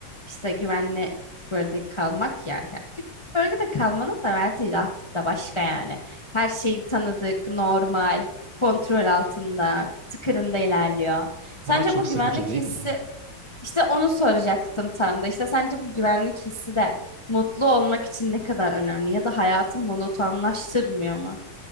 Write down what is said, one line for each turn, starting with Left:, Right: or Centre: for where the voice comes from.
Left: İşte güvenli bölgede kalmak ya. ya güvenli bölgede kalmanın da verdiği rahatlık da başka yani. Her şey tanıdık, normal, kontrol altında, tıkırında ilerliyor. Sence
Right: Ama çok
Left: bu
Right: sıkıcı
Left: güvenlik
Right: değil
Left: hissi
Right: mi?
Left: işte onu soracaktım tam da. İşte sence bu güvenlik hissi de mutlu olmak için ne kadar önemli ya da hayatı monotonlaştırmıyor mu?